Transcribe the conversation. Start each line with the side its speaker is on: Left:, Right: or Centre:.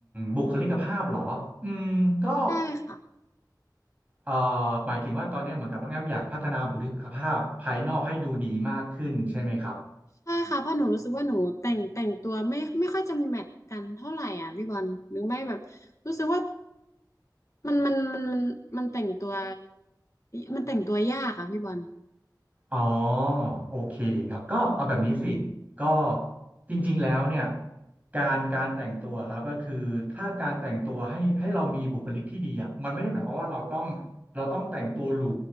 Right: บุคลิกภาพเหรออืมก็
Left: ใช่ค่ะ
Right: เอ่อหมายถึงว่าตอนนี้เหมือนกับน้องแอมอยากพัฒนาบุคลิกภาพภายนอกให้ดูดีมากขึ้นใช่ไหมครับ
Left: ใช่ค่ะเพราะหนูรู้สึกว่าหนูแต่งแต่งตัวไม่ไม่ค่อยจะแมทกันเท่าไหร่อ่ะพี่บอลหรือไม่แบบรู้สึกว่ามันมันมันมันมันแต่งตัวมันแต่งตัวยากอะพี่บอล
Right: อ๋อโอเคครับก็เอาแบบนี้สิก็จริงๆแล้วเนี่ยการการแต่งตัวครับก็คือถ้าการแต่งตัวให้ให้เรามีบุคลิกที่ดีอ่ะมันไม่ได้หมายความว่าเราต้องเราต้องแต่งตัวหรู